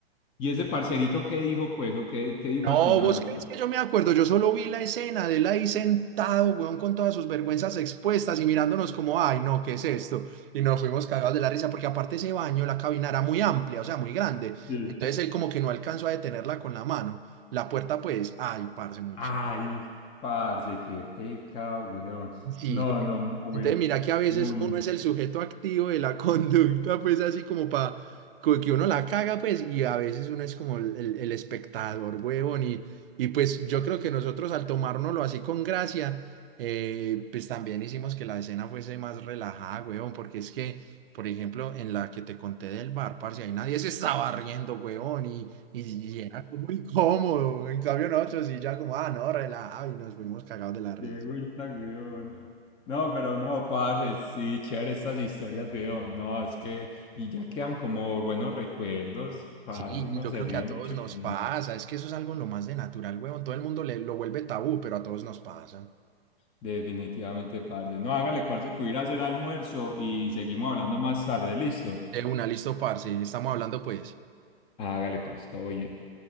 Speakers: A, on the left (about 15°); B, on the right (about 60°).
A: ¿Y ese parcerito qué dijo, pues, o qué, qué dijo
B: No,
A: al final?
B: ¿vos
A: o
B: crees
A: qué?
B: que yo me acuerdo? Yo solo vi la escena de él ahí sentado, weón, con todas sus vergüenzas expuestas y mirándonos como, ay, no, ¿qué es esto? Y nos fuimos cagados de la risa porque aparte ese baño, la cabina era muy amplia, o sea, muy grande.
A: Sí.
B: Entonces él como que no alcanzó a detenerla con la mano. La puerta, pues, ay, parce, muy
A: Ay,
B: chato.
A: parce, qué feca, weón.
B: Sí,
A: No,
B: güey.
A: no, muy,
B: Entonces, mira que a veces
A: muy,
B: uno es el sujeto activo de la <laughs> conducta, pues así como para que uno la caga, pues, y a veces uno es como el, el- el espectador, huevón. Y, y pues yo creo que nosotros al tomárnoslo así con gracia, eh, pues también hicimos que la escena fuese más relajada, huevón, porque es que, por ejemplo, en la que te conté del bar, parce, ahí nadie se estaba riendo, huevón, y, y, y era como incómodo. En cambio, nosotros sí ya como, ah, no, relajado, y nos fuimos cagados de la risa.
A: qué vuelta, weón. No, pero no, parce, sí, chévere estas historias, weón. No, es que, y ya quedan como buenos recuerdos, parce,
B: Sí, y
A: uno
B: yo
A: se
B: creo
A: ríe
B: que a todos
A: mucho
B: nos
A: con
B: pasa,
A: eso.
B: es que eso es algo lo más de natural, huevón, todo el mundo le, lo vuelve tabú, pero a todos nos pasa.
A: Definitivamente, parce. No, hágale, parce, que voy a ir a hacer almuerzo y seguimos hablando más tarde, listo.
B: De una, listo, parce, estamos hablando pues.
A: Hágale, parce, todo bien.